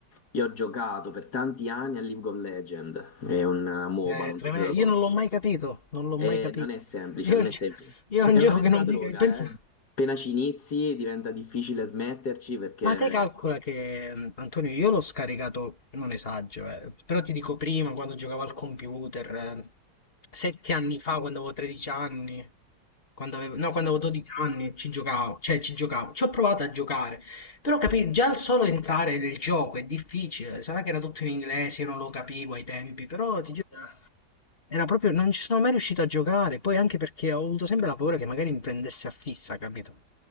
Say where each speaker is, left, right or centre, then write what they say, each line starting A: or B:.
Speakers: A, on the left (about 60°); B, on the left (about 30°).
A: Io ho giocato per tanti anni a League of Legends, è un eh, MOBA,
B: È
A: non
B: tremendo.
A: so se lo
B: Io
A: conosci.
B: non l'ho mai capito, non l'ho
A: E
B: mai capito.
A: non è semplice,
B: Io,
A: non
B: è un
A: è
B: gio-
A: semplice.
B: io
A: È
B: è un gioco
A: una mezza
B: che non
A: droga,
B: mi capisco. Pensa,
A: eh. Appena ci inizi diventa difficile smetterci perché...
B: Ma te calcola che, mh, Antonio, io l'ho scaricato, non esagero, eh, però ti dico prima, quando giocavo al computer, eh, sette anni fa, quando avevo 13 anni, quando avevo, no, quando avevo 12 anni, ci giocavo, cioè ci giocavo, ci ho provato a giocare, però capì, già il solo entrare nel gioco è difficile, sarà che era tutto in inglese, io non lo capivo ai tempi, però ti giuro, era proprio, non ci sono mai riuscito a giocare, poi anche perché ho avuto sempre la paura che magari mi prendesse a fissa, capito?